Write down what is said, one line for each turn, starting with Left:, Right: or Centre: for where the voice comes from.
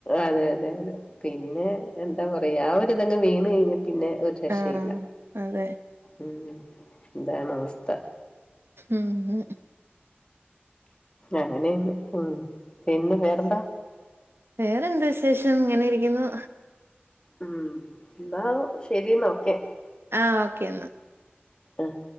Left: അതെ അതെ അതെ പിന്നെ എന്താ പറയ്യാ ആ ഒരിതങ്ങ് വീണ് കഴിഞ്ഞ പിന്നെ ഒരു രക്ഷയില്ല
Right: ആഹ് അതെ
Left: ഉം ഇതാണവസ്ഥ
Right: ഉം
Left: അങ്ങനേണ് ഉം പിന്നെ വേറെന്താ
Right: വേറെന്ത് വിശേഷം ഇങ്ങനെ ഇരിക്ന്നു
Left: ഉം ന്നാ ശെരിന്നാ ഓക്കേ
Right: ആഹ് ഓക്കേ എന്നാ
Left: അഹ്